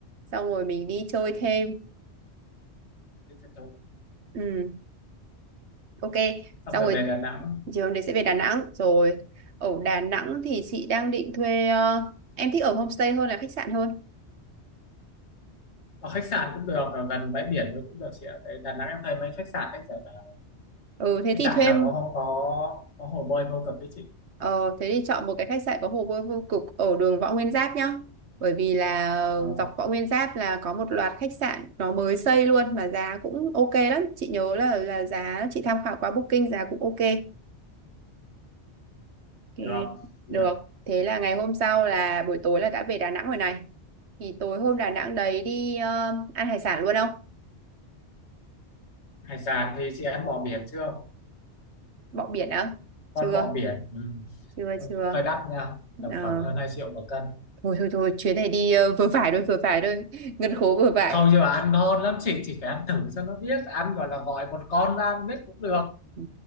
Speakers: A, on the right (about 75°); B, on the left (about 80°).
A: Xong rồi mình đi chơi thêm.
B: đi truyền thống
A: Ừ ok.
B: xong
A: Xong
B: rồi
A: rồi
B: về Đà Nẵng
A: chiều hôm đấy sẽ về Đà Nẵng rồi. Ở Đà Nẵng thì chị đang định thuê ờ, em thích ở homestay hơn là khách sạn hơn.
B: ở khách sạn cũng được ở gần bãi biển thôi cũng được chị ạ tại Đà Nẵng em thấy mấy khách sạn đấy giờ bảo
A: Ừ thế
B: khách
A: thì
B: sạn
A: thuê
B: nào có không có có hồ bơi vô cực đấy chị
A: Ờ, thế thì chọn một cái khách sạn có hồ bơi vô cực ở đường Võ Nguyên Giáp nhá. Bởi vì là ờ,
B: ờ,
A: dọc Võ Nguyên Giáp là có một loạt khách sạn nó mới xây luôn mà giá cũng ok lắm. Chị nhớ là là giá chị tham khảo qua Booking giá cũng ok. Thì
B: được không Việt
A: được. Thế là ngày hôm sau là buổi tối là đã về Đà Nẵng rồi này. Thì tối hôm Đà Nẵng đấy đi ờ, ăn hải sản luôn không?
B: hải sản thì chị ăn bò biển chưa
A: Bọ biển á?
B: con
A: Chưa,
B: bò biển ừ.
A: chưa,
B: con
A: chưa.
B: hơi đắt nha tầm
A: Ờ,
B: khoảng hơn hai triệu một cân
A: thôi thôi thôi, chuyến này đi ờ, vừa phải thôi, vừa phải thôi. <laughs> Ngân khố vừa phải.
B: không nhưng mà ăn ngon lắm chị chỉ phải ăn thử cho nó biết ăn gọi là gọi một con ra ăn biết cũng được
A: Ừ,